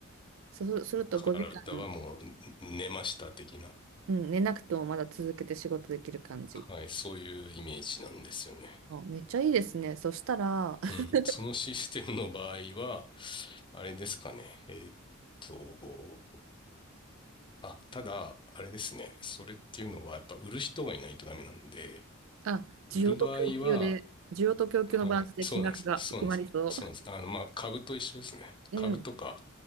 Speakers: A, on the right; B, on the left.
A: そうすると5時間、
B: 体はもう寝ました的な、
A: うん、寝なくてもまだ続けて仕事できる感じ。
B: はい、そういうイメージなんですよね。
A: あ、めっちゃいいですね。そしたら、<laughs>
B: うん。そのシステムの場合は、あれですかね。えーっと、あ、ただ、あれですね。それっていうのは、やっぱ売る人がいないとダメなんで、
A: あ、需要と供給で、
B: 売る場合は、
A: 需要と供給のバランスで金額が決まりそ
B: はい、そうなんです。そうなんです。そうなんです。あの、まあ、株と一緒ですね。
A: う。
B: 株とか、
A: うん。